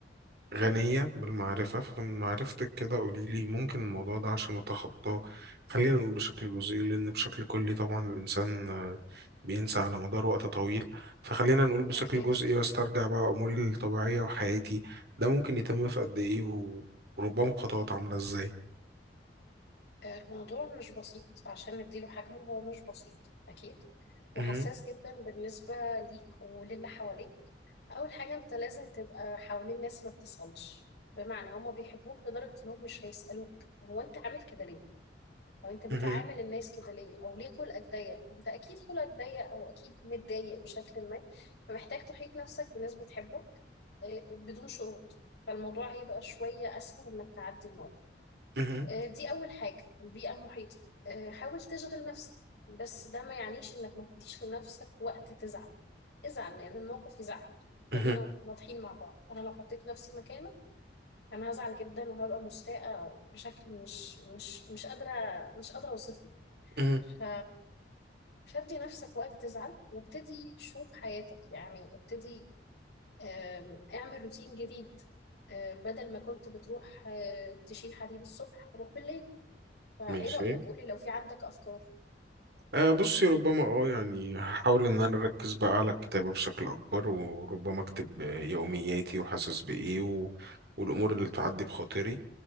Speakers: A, on the right; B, on the left.
A: غنية بالمعرفة فمن معرفتك كده قولي لي ممكن الموضوع ده عشان أتخطاه خلينا نقول بشكل جزئي لأن بشكل كلي طبعا الإنسان آه، بينسى على مدار وقت طويل فخلينا نقول بشكل
B: أكيد
A: جزئي وأسترجع بقى أموري الطبيعية وحياتي ده ممكن يتم في قد إيه و- وربما بخطوات عاملة إزاي
B: آه، الموضوع مش بسيط عشان نديله حجمه هو مش بسيط أكيد وحساس
A: مهم،
B: جدا بالنسبة ليك وللي حواليك أول حاجة أنت لازم تبقى حوالين ناس ما بتسألش بمعنى هما بيحبوك لدرجة إنهم مش هيسألوك هو أنت عامل كده ليه؟ او انت بتعامل
A: مهم،
B: الناس كده ليه او ليه خلقك ضيق انت اكيد خلقك ضيق او اكيد متضايق بشكل ما فمحتاج تحيط نفسك بناس بتحبك آه، بدون شروط فالموضوع هيبقى شوية اسهل انك تعدي الموضوع
A: مهم،
B: آه، دي اول حاجة البيئة المحيطة آه، حاول تشغل نفسك بس ده ما يعنيش انك ما تديش لنفسك وقت تزعل ازعل لان الموقف يزعل
A: مهم،
B: خلينا واضحين مع بعض انا لو حطيت نفسي مكانك انا هزعل جدا وهبقى مستاءة بشكل مش مش مش قادرة مش قادرة اوصفه
A: مهم.
B: ف فادي نفسك وقت تزعل وابتدي شوف حياتك يعني ابتدي آم، اعمل روتين جديد آم، بدل ما كنت بتروح آه، تشيل حديد الصبح روح بالليل فايه
A: ماشي
B: رأيك قولي لو في عندك افكار
A: أه بصي ربما اه يعني هحاول ان انا اركز بقى على الكتابة بشكل اكبر وربما اكتب آه، يومياتي وحاسس بايه و... والامور اللي تعدي بخاطري